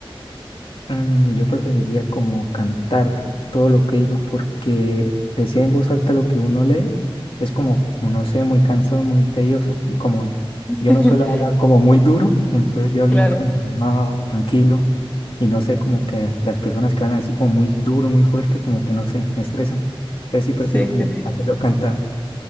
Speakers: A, on the left; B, on the left.
A: Mm, Yo preferiría como cantar todo lo que digo, porque decir en voz alta lo que uno lee es como, no sé, muy cansón, muy tedioso. Y como yo
B: <laughs>
A: no suelo hablar como muy duro, entonces yo hablo
B: Claro.
A: más como calmado, tranquilo. Y no sé, como que las personas que hablan así como muy duro, muy fuerte, como que no sé, me estresan. Entonces sí prefiero
B: Sí,
A: como
B: sí, sí.
A: hacerlo cantado.